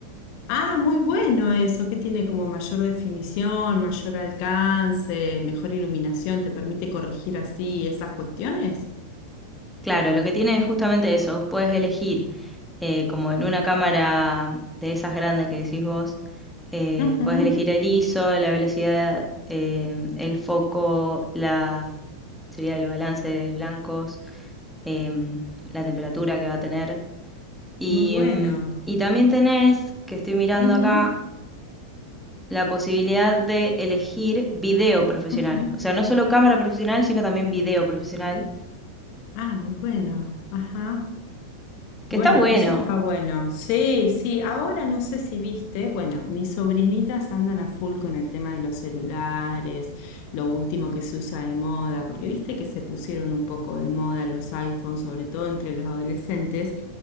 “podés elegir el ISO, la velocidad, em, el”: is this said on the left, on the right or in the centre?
Centre